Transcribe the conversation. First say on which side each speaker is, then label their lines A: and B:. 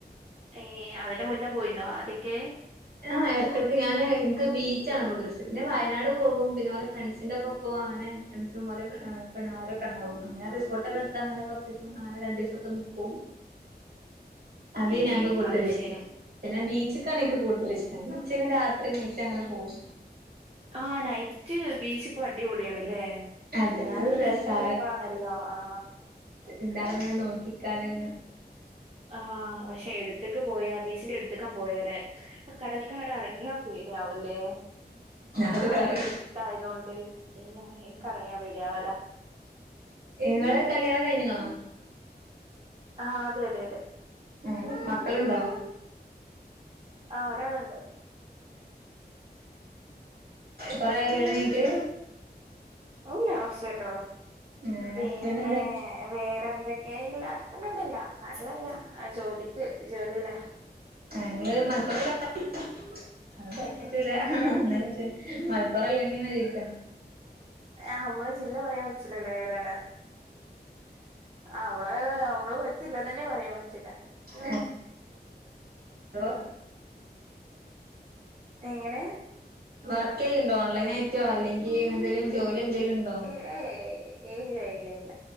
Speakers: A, on the right; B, on the right.
A: ഏ, അതിന് മുന്നേ പോയിന്നോ ആതിക്കെ
B: ആ എടക്കെടക്ക് ഞാന് ഇൻക്ക് ബീച്ചാണ് കൂടുതലിഷ്ടം പിന്നെ വയനാട് പോകും പിന്നെ ഓലെ ഫ്രണ്ട്സിൻന്റെക്കൊപ്പം അങ്ങ ഫ്രണ്ട്സും ഓലെ പെണ്ണ്ങ്ങളാരൊക്കെ ഇണ്ടാവും, അങ്ങനെ റിസോർട്ടൊക്കെ എടുത്ത് അങ്ങനെ കൊറച്ചീസം രണ്ടീസൊക്കെ നിക്കു അതെ
A: ഏ
B: ഞങ്ങക്ക് കൂടുതലിഷ്ടോ
A: അത് ശരി
B: പിന്നെ ബീച്ച്ക്കാണ് ഇൻക്ക് തല് ഇഷ്ടം ബീച്ച്നല് രാത്രി നെെറ്റങ്ങനെ പോവും.
A: ആ, നൈറ്റ് ബീച്ച്പ്പോ അടിപൊള്യാണ്. ല്ലെ,
B: അതെ
A: ഫുള്ള്
B: നല്ല രസാ
A: സെറ്റപ്പാണല്ലോ ആ
B: എല്ലരെങ്ങനെ നോക്കിക്കാന്
A: ആ പക്ഷെ എടുത്ത്ക്ക് പോയാ ബീച്ചിന്റെ എടുത്ത്ക്കാൻ പോയാലെ, ആ കടൽക്കങ്ങട് എറങ്ങിയാ പേടിയാവൂലേ
B: അത് വേറെ
A: ആ ഇര്ട്ടായതോണ്ട് ഇഞ് ഇൻക്ക്റങ്ങിയാ പേടിയാവല.
B: ഇങ്ങള് കല്യാണം കഴിഞ്ഞിണോ?
A: ആഹ് അതെ അതെ അതെ
B: ഉം മക്കള്ണ്ടോ?
A: ആഹ ഒരാളുണ്ട്
B: കൊറേ
A: ഉം
B: ആയോ കല്യാണം കഴിഞ്ഞിട്ട്
A: ഇല്ല കൊറച്ചായിട്ടൊള്ളൂ
B: ഏഹ്
A: പിന്നെ
B: ഹസ്ബൻഡ് എന്തേ
A: വേറെ എന്തൊക്കെയാ ഇല്ല ഇവിടെല്ലനാട്ടിലല്ല ജോലിക്ക് ജോലിയിലാ
B: ആ മലപ്പുറ <unintelligible> പറ്റൂല
A: എങ്ങനെ
B: ന്നാലും മലപ്പുറല്ലേ ന്ന് ചോയ്ച്ച
A: ആ നമ്മളെ ജില്ല പറയാൻ പറ്റൂല്ല ലെ ഏതാ അവമ്മള് നമ്മള് <unintelligible> പറയാൻ പച്ചില്ല
B: ഉ
A: <unintelligible>
B: ലോ
A: എങ്ങനെ
B: വർക്ക് ചെയ്യണ്ടോ ഓൺലൈന ആയിട്ടോ അല്ലെങ്കിൽ എന്തെലും ജോലി എന്തേലും ഉണ്ടോ
A: ഏ ഏയ് ഏ ഇല്ല ഇല്ല ഇല്ല